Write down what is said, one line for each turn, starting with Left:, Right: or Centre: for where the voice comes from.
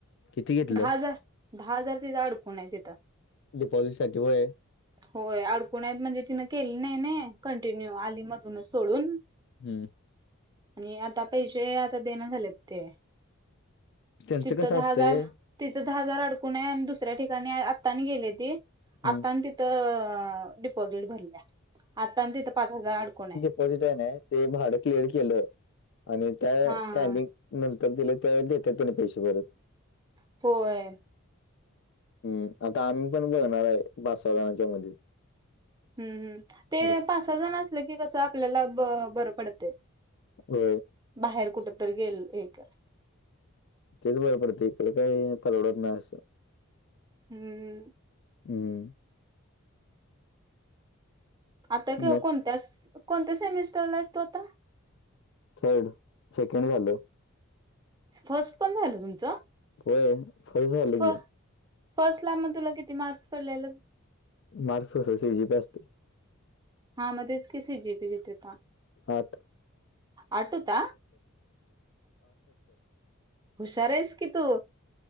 Left: किती घेतलं
Right: दहा हजार दहा हजार तिथ अडकून आहे तिथं
Left: डिपॉझिट साठी व
Right: होय अडकून आहेत म्हणजे तिनं केली नाही ना कंटिन्यू आली मधूनच सोडून
Left: हम्म
Right: आणि आता पैसे आता देणं झालेत ते
Left: त्यांचं
Right: तिथं
Left: कसं
Right: दहा
Left: असतंय
Right: हजार तिचं दहा हजार अडकून आहे आणि दुसऱ्या ठिकाणी आतानी गेले ती
Left: हं.
Right: आता आणि त डिपोसिझ्ट भरल्या तिथ पाच हजार अडकून आहे
Left: झिट आहे ते भाड क्लिअर केलं आणि त्या
Right: हा हा
Left: टिंग नंतर दिले त्यावे देतात त्यानी पैसे भरत
Right: होय
Left: हम्म आता आम्ही पण बघणार आहे पाच सहा जणांच्या मध्ये
Right: हम्म हम् ते
Left: असं
Right: पाच सहाजण असलं की कसं आपल्याला बरं पडते.
Left: हो
Right: बाहेर कुठ तरी गेल एक
Left: तेच बर पडते इकडे काही परलवडत नाही असं
Right: हम्म
Left: हम्म
Right: आता
Left: मग
Right: कोणत्या कोणत्या सेमिस्टरला असतो आता..
Left: थर्ड सेकंड झालं...
Right: फर्स्ट पण झालं तुमचं....
Left: होय वय झाला...
Right: फ फर्स्ट ला मग तुला किती मार्क्स पडलेला...
Left: मार्क्स कस सी जी पी असते...
Right: हा मध्येच की सी जी पी घेते होता...
Left: आठ...
Right: आठ होता हुशार आहेस की तू...